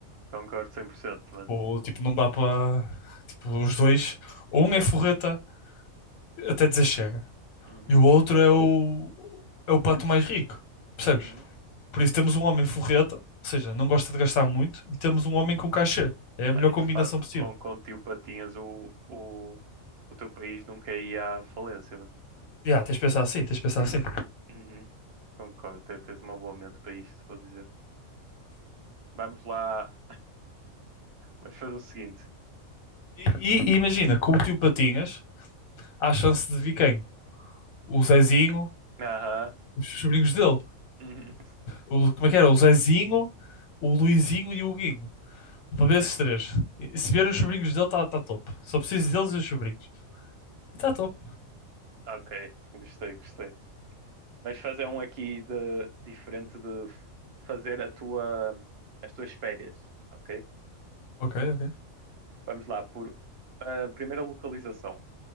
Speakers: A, on the right (about 55°); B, on the left (about 75°).
A: Concordo 100%, mano.
B: Ou, tipo, não dá para. Tipo, os dois. Ou um é forreta até dizer chega.
A: Uhum.
B: E o outro é o. É o pato mais rico. Percebes?
A: Uhum.
B: Por isso temos um homem forreta, ou seja, não gosta de gastar muito, e temos um homem com cachê. É a
A: Bem,
B: melhor combinação
A: de facto
B: possível.
A: com, com o tio Patinhas, o, o, o teu país nunca ia à falência, mano.
B: Yeah, tens de pensar assim, tens de pensar assim.
A: Uhum. Concordo, te- tens uma boa mente para isto, vou dizer. Vamos lá, vamos fazer o seguinte.
B: E, e- e imagina, com o tio Patinhas, há chance de vir quem? O Zezinho,
A: Aham.
B: os sobrinhos dele.
A: Uhum.
B: O, como é que era? O Zezinho, o Luizinho e o Guinho. Para ver
A: Uhum.
B: esses três. E se vier os sobrinhos dele, está tá top. Só preciso deles e os sobrinhos. E está top.
A: Ok, gostei, gostei. Vamos fazer um aqui de, diferente de fazer a tua, as tuas férias, ok?
B: Ok, ok.
A: Vamos lá, por a primeira localização.